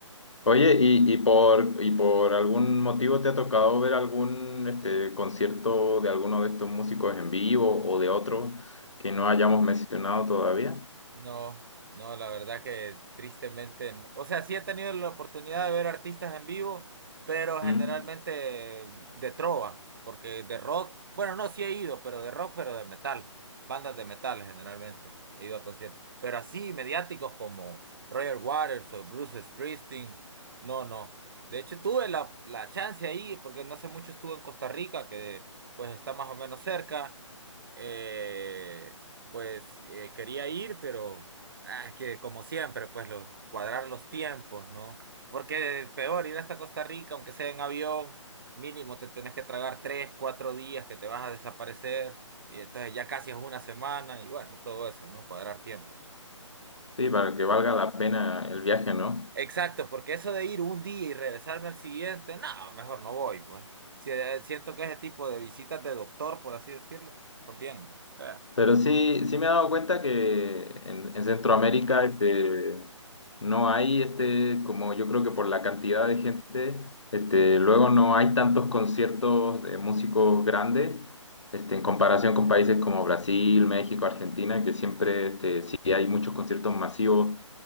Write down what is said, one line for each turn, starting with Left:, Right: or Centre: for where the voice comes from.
Left: Oye, y, y por, y por algún motivo te ha tocado ver algún, este, concierto de alguno de estos músicos en vivo o de otro que no hayamos mencionado todavía?
Right: No, no, la verdad que tristemente, no. O sea, sí he tenido la oportunidad de ver artistas en vivo, pero generalmente
Left: Mm,
Right: de trova, porque de rock, bueno, no, sí he ido, pero de rock, pero de metal, bandas de metal generalmente, he ido a conciertos, pero así mediáticos como Roger Waters o Bruce Springsteen, no, no. De hecho, tuve la, la chance ahí, porque no hace mucho estuve en Costa Rica, que pues está más o menos cerca eh, pues eh, quería ir, pero ah, que como siempre, pues lo, cuadrar los tiempos, ¿no? Porque peor ir hasta Costa Rica, aunque sea en avión, mínimo te tenés que tragar tres, cuatro días que te vas a desaparecer, y entonces ya casi es una semana, y bueno, todo eso, ¿no? Cuadrar tiempos.
Left: sí, para que valga la pena el viaje, ¿no?
Right: Exacto, porque eso de ir un día y regresarme al siguiente, no, mejor no voy, pues. Si- eh, siento que ese tipo de visitas de doctor, por así decirlo, está bien. ¿no?
Left: Pero sí, sí me he dado cuenta que en, en Centroamérica este, no hay, este, como yo creo que por la cantidad de gente, este, luego no hay tantos conciertos de músicos grandes, este, en comparación con países como Brasil, México, Argentina, que siempre este, sí hay muchos conciertos masivos